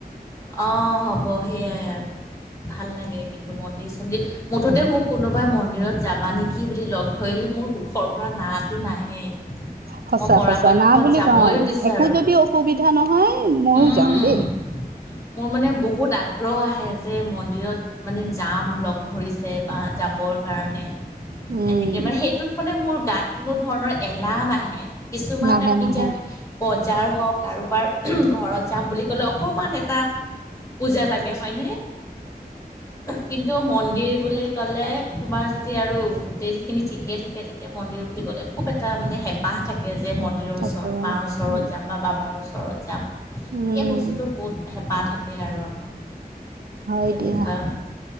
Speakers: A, on the left; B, on the right.
A: অ হ'ব সেইয়াই আৰু ভাল লাগে কিন্তু মন্দিৰ চন্দিৰ মুঠতে মোক কোনোবাই মন্দিৰত যাবা নেকি বুলি লগ ধৰিলে মোৰ মুখৰ পৰা নাই হাঁহো নাহে
B: সঁচা
A: মই পৰাপক্ষত
B: সঁচা না বুলি
A: যাবই
B: কওঁ
A: বিচাৰোঁ
B: একো যদি অসুবিধা নহয় ময়ও
A: উম,
B: যাওঁ দেই
A: মোৰ মানে বহুত আগ্ৰহ আহে যে মন্দিৰত মানে যাম লগ ধৰিছে বা যাবৰ কাৰণে
B: উম
A: এনেকে মানে সেইটোত মানে মোৰ গাত কোনো ধৰণৰ এলাহ নাহে কিছুমান
B: নাহে
A: আ
B: নাহে
A: এতিয়া বজাৰ হওঁক কাৰোবাৰ ঘৰত যাম বুলি গলে অকমান এটা পূজা লাগে হয়নে কিন্তু মন্দিৰ বুলি কলে তোমাৰ যদি আৰু গোটেই যিখিনি ঠিকে থাকে তেতিয়া মন্দিৰ বুলি ক'লে খুব এটা মানে হেঁপাহ থাকে যে মন্দিৰৰ
B: থাকে
A: ওচৰত মাৰ ওচৰত
B: উম
A: যাম বা বাবাৰ ওচৰত যাম
B: উম
A: এই বস্তুটো বহুত হেঁপাহ থাকে আৰু আমাৰ
B: হয়
A: তেনেকুৱা
B: দিয়া